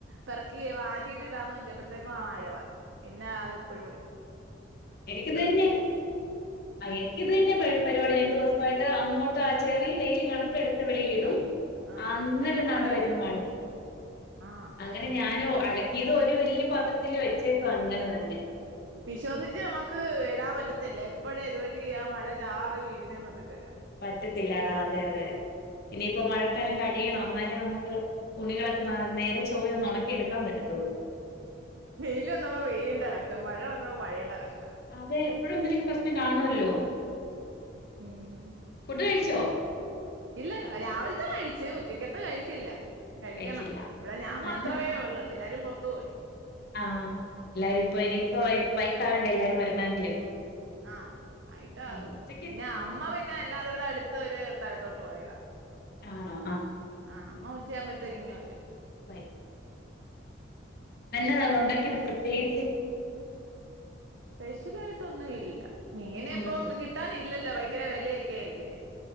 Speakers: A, on the right; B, on the left.
A: പെർക്ക് മാറ്റിട്ട് ഇടാന്ന് പറ്റിയപ്പോഴത്തേക്കും ആ മഴ വന്നു പിന്നെ അത് ഇപ്പോഴും കൂടി
B: എനിക്ക്പിന്നെ ആ എനിക്ക് ഇത് തന്നെ പരിപാടി രണ്ട് ദിവസമായിട്ട് അങ്ങോട്ട് ആ ചെറിയ വെയില് കാണുമ്പോൾ എടുത് വെളിയിലോട്ട് ഇടും.
A: ആ
B: അന്നരന്താണ്ട്
A: അതിന്റെ പുറകിനാ
B: വരുന്നു മഴ
A: ആ
B: അങ്ങനെ ഞാനോ അല. ഇത് ഒരു വലിയ പാത്രത്തിൽ വെച്ചേക്ക അങ്ങനെ തന്നെ
A: വിശ്വസിച്ച് നമുക്ക് ഇടാൻ പറ്റത്തില്ല എപ്പോഴാ ഇതുവഴി ആ മഴ ചാറ് വീഴുന്ന്എന്ന് അറിയത്തില്ല
B: പറ്റത്തില്ലാടാ അതെ അതെ ഇനിയിപ്പ മഴക്കാലം കഴിയണം എന്നാലേ നമുക്ക് തുണികളൊക്കെ നേരെ ചോയ ഒന്ന് ഉണക്കി എടുക്കാൻ പറ്റത്തുള്ളൂ.
A: വെയിൽ വന്നപ്പോ വെയിലിന്റെ കഷ്ടം മഴ വന്നപോ മഴയുടെ കഷ്ടം
B: അതെ എപ്പോഴും എന്തെകിലും പ്രശ്നം കാണുമല്ലോ
A: ഉം
B: ഫുഡ് കഴിച്ചോ
A: ഇല്ല രാവിലത്തെ കഴിച്ചു ഉച്ചക്കത്തെ കഴിച്ചില്ല. കഴിക്കണം
B: കഴിച്ചില്ല
A: ഇവിടെ ഞാൻ
B: ആ
A: മാത്രമേ
B: എന്നാ
A: ഉള്ളൂ എല്ലാരും പുറത്തു പോയി.
B: ആഹ എല്ലാരും ഇപ്പൊ ഇനിയിപ്പോ വൈട്ട് ആകണ്ട എല്ലാരും വരണമെങ്കില്.
A: ആഹ ആയിട്ടാകും
B: ആ ഉച്ചക്ക്
A: പിന്നെ അമ്മ പിന്നെ അല്ലാതെ ഇവിടെ അടുത്തൊ ഒരു സ്ഥലത്തോട്ട് പോയതാ
B: ആണോ ആഹ
A: ആഹ് അമ്മ ഉച്ചയാകുബോത്തേക് ഇങ്ങ് വരും.
B: വരും. അന്നെ ഉണ്ടാക്കിട്ട് പ്രത്യേകിച്ച്
A: സ്പെഷ്യലായിട്ട് ഒന്നും ഇല്ലാ മീൻ
B: ഒന്നുല്ല
A: ഇപ്പം കിട്ടാനില്ലല്ലോ ഭയങ്കര വെലയൊക്കെ അല്ലെ